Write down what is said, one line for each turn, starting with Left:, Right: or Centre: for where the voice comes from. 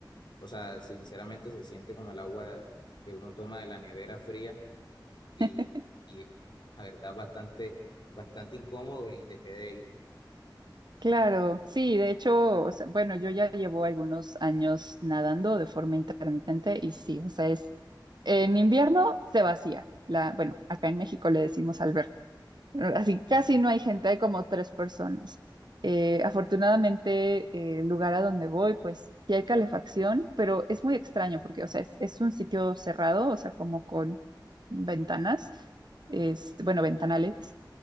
Left: o sea, sinceramente se siente como el agua que uno toma de la nevera fría y,
Right: <laughs>
Left: y la verdad bastante, bastante incómodo y dejé de ir.
Right: Claro, sí, de hecho, o sea, bueno, yo ya llevo algunos años nadando de forma intermitente y sí, o sea, es en invierno se vacía la, bueno, acá en México le decimos alberca, así casi
Left: Ajá,
Right: no hay gente, hay como tres personas. Eh, afortunadamente, eh, el lugar a donde voy, pues sí hay calefacción, pero es muy extraño porque, o sea, es, es un sitio cerrado, o sea, como con ventanas, es, bueno, ventanales